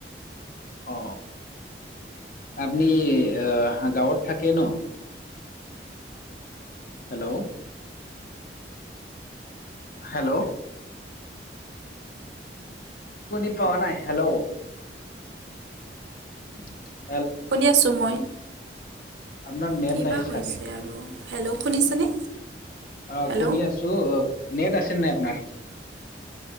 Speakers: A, on the left; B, on the right.
A: অ আপনি আহ গাঁৱত থাকে ন? হেল্ল' হেল্ল' শুনি পোৱা নাই হেল্ল' <unintelligible>
B: শুনি আছোঁ মই
A: আপনাৰ নেট
B: কি
A: নাই
B: বা
A: ছাগে?
B: হৈছে আৰু হেল্ল' শুনিছেনে?
A: আহ
B: হেল্ল'
A: শুনি আছো নেট আছে নাই আপনাৰ?